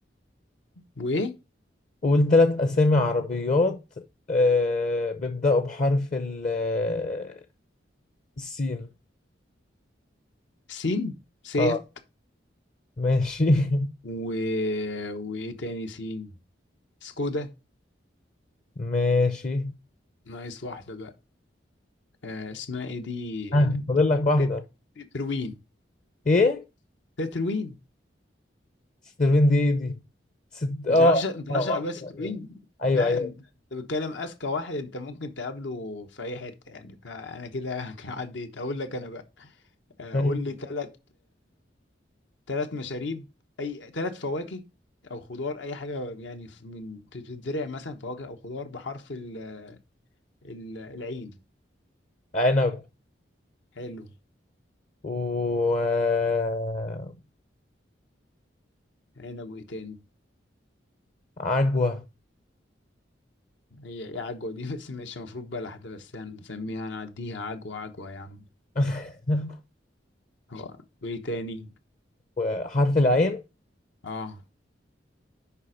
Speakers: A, on the left; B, on the left.
A: وايه
B: قول ثلاث أسامي عربيات آه، بيبدأوا بحرف ال- آه، السين
A: سين سيت
B: اه ماشي <laughs>
A: و... وايه تاني سين سكودا
B: ماشي
A: ناقص واحدة بقى آه اسمها ايه دي
B: ها
A: آه،
B: فاضل لك واحدة
A: تت- تتروين
B: ايه؟
A: تتروين
B: ستيرفين دي دي ست اه
A: ما تعرفش ما تعرفش
B: اه آه،
A: عربية تتروين
B: أيوة، أيوة. ايوه
A: لا
B: ايوه
A: انت انت بتتكلم اذكى واحد انت ممكن تقابله في اي حتة يعني فانا كده <laughs> عديت اقول لك انا بقى آه،
B: ماشي
A: قول لي ثلاث ثلاث مشاريب اي ثلاث فواكه او خضار اي حاجة يعني في- من بتتزرع مثلا فواكه او خضار بحرف ال... ال... العين
B: عنب
A: حلو
B: و آه،
A: عنب وايه تاني
B: عجوة
A: هي ايه عجوة دي بس ماشي المفروض بلح ده بس هنسميها هنعديها عجوة عجوة يا عم
B: <laughs>
A: هو وايه تاني
B: وحرف العين
A: اه